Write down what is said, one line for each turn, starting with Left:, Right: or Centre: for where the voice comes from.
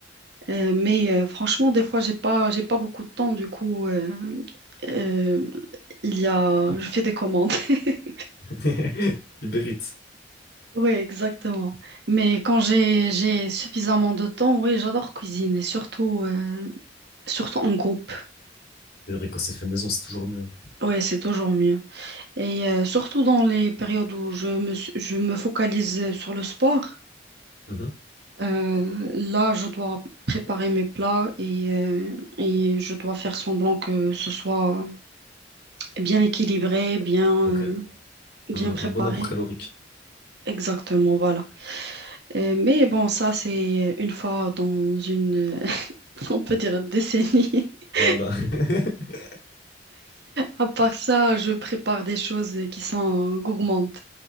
Right: Euh, mais euh, franchement, des fois j'ai pas j'ai pas beaucoup de temps. Du coup, euh, euh, il y a je fais des commandes. <laughs>
Left: <laughs> Il mérite.
Right: Oui, exactement. Mais quand j'ai j'ai suffisamment de temps, oui, j'adore cuisiner, surtout euh, surtout en groupe.
Left: C'est vrai, <laughs> quand c'est fait maison, c'est toujours mieux.
Right: Oui, c'est toujours mieux. Et euh, surtout dans les périodes où je me suis- je me focalise sur le sport.
Left: Mhm.
Right: Euh, là, je dois préparer mes plats et, euh, et je dois faire semblant que ce soit bien équilibré, bien, euh,
Left: Ok.
Right: bien
Left: Un,
Right: préparé.
Left: un bon apport calorique.
Right: Exactement, voilà. Euh, mais bon, ça, c'est une fois dans une, <laughs> on peut dire, décennie. <laughs>
Left: Voilà. <laughs>
Right: À part ça, je prépare des choses qui sont gourmandes.